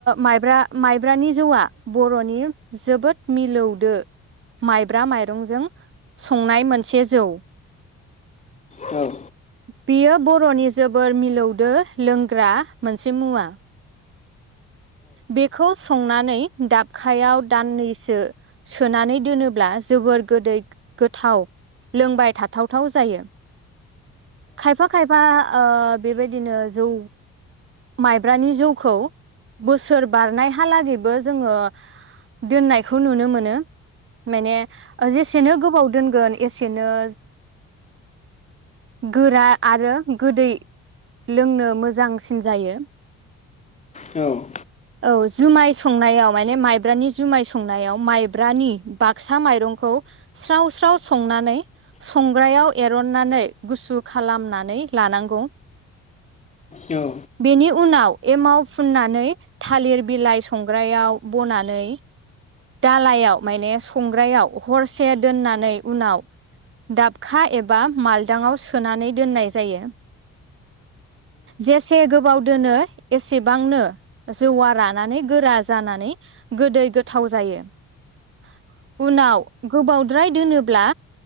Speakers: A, on the right; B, on the left.
A: माइब्रा माइब्रानि जौआ बर'नि जोबोद मिलौदो माइब्रा माइरंजों संनाय मोनसे जौ।
B: औ
A: बियो बर'नि जोबोर मिलौदो लोंग्रा मोनसे मुवा। बेखौ संनानै दाबखायाव दान्नैसो सोनानै दोनोब्ला जोबोर गोदै गोथाव लोंबाय थाथावथाव जायो खायफा खायफा ओ बेबायदिनो जौ माइब्रानि जौखौ बोसोर बारनायहालागैबो जोङो दोननायखौ नुनो मोनो। माने जेसेनो गोबाव दोनगोन एसेनो गोरा आरो गोदै लोंनो मोजांसिन जायो
B: औ
A: औ जुमाय संनायाव माने मायब्रानि जुमाय संनायाव मायब्रानि बाकसा माइरंखौ स्राव स्राव संना नानै संग्रायाव एरननानै गुसु खालामनानै लानांगौ।
B: औ
A: बेनि उनाव एमाव फुननानै थालिर बिलाइ संग्रायाव बनानै दालायाव माने संग्रायाव हरसे दोननानै उनाव दाबखा एबा माल दांआव सोनानै दोननाय जायो जेसे गोबाव दोनो एसेबांनो जौवा रानानै गोरा जानानै गोदै गोथाव जायो। यो। उनाव गोबावद्राय दोनोब्ला